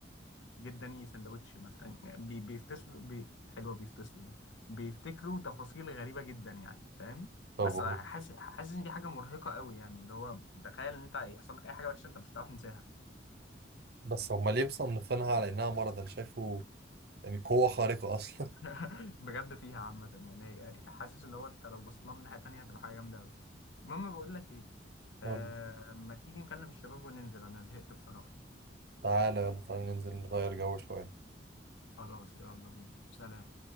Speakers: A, on the left; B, on the right.
A: جه اداني سندوتش مثلا يعني بي- بيفتصلوا بي حلوه بيفتصلوا دي بيفتكروا تفاصيل غريبه جدا يعني فاهم
B: طب
A: بس
B: هو
A: حاسس حاسس ان دي حاجه مرهقه قوي يعني اللي هو تخيل ان انت يحصل لك اي حاجه وحشه انت مش هتعرف تنساها
B: بس هم ليه مصنفينها على انها مرض انا شايفه يعني قوه خارقه اصلا <laughs>
A: <laughs> بجد فيها عامة يعني هي- حاسس اللي هو انت لو بصيت لها من ناحية تانية هتبقى حاجة جامدة أوي المهم بقول لك ايه
B: قول،
A: آه ما تيجي نكلم الشباب وننزل انا زهقت بصراحة
B: تعالى يلا تعالى ننزل نغير جو شويه
A: خلاص يلا بينا سلام